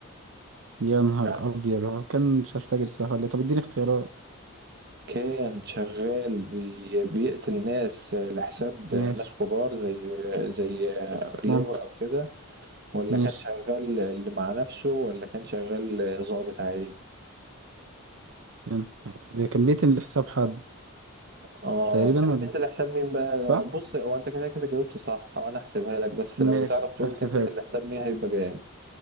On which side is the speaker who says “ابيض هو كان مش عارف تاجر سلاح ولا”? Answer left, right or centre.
Right